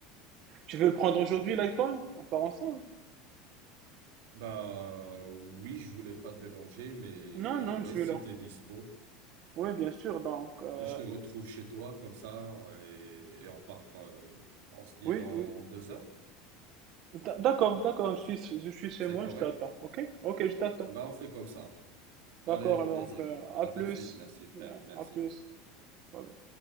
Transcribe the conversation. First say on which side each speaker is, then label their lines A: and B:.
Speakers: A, on the right; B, on the right.
A: Tu veux le prendre aujourd'hui, l'iPhone? On part ensemble?
B: Bah oui, je voulais pas te déranger, mais
A: Non, non,
B: ouais,
A: je suis
B: si
A: là.
B: t'es dispo,
A: Oui, bien sûr, donc, euh,
B: bah, je te retrouve chez toi comme ça et, et on part. euh, on se dit
A: oui,
B: dans
A: oui.
B: deux heures,
A: D'ac- D'accord, d'accord, je suis, je suis chez
B: c'est
A: moi,
B: correct?
A: je t'attends, ok? Ok, je t'attends.
B: Bah on fait comme ça. Allez,
A: D'accord,
B: au
A: donc
B: plaisir.
A: euh, à
B: À
A: plus.
B: tout de suite. Merci frère.
A: Yeah,
B: Merci.
A: à plus. Bye bye.